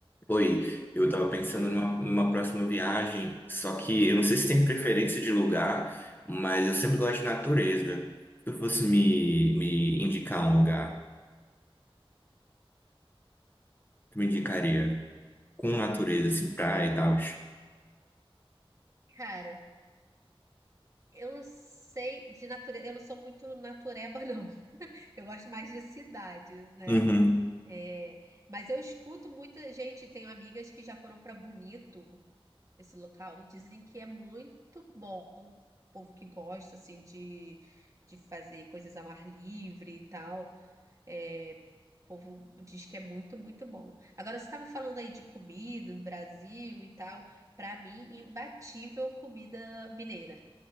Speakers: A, on the left; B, on the right.
A: Foi, eu tava pensando
B: Oi.
A: numa, numa próxima viagem, só que eu não sei se tem preferência de lugar, mas eu sempre gosto de natureza. Se tu fosse me, me indicar um lugar, tu me indicaria com natureza, assim, praia e tal.
B: Cara, eu não sei de natureza, eu não sou muito natureba, não. <laughs> Eu gosto mais de cidades, né?
A: Uhum.
B: É, Mas eu escuto muita gente, tenho amigas que já foram para Bonito, esse local, dizem que é muito bom. O povo que gosta, assim, de, de fazer coisas ao ar livre e tal. É, o povo diz que é muito, muito bom. Agora, você estava falando aí de comida no Brasil e tal. Para mim, imbatível comida mineira.